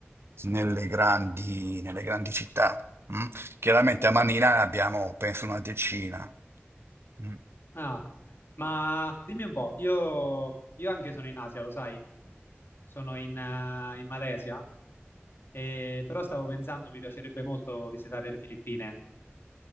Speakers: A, on the right (about 65°); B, on the left (about 60°).
A: nelle grandi, nelle grandi città. mm. Chiaramente a Manila ne abbiamo, penso, una decina. mm.
B: Ah, ma dimmi un po', io, io anche sono in Asia, lo sai? Sono in, eh, in Malesia, e... però stavo pensando, mi piacerebbe molto visitare le Filippine.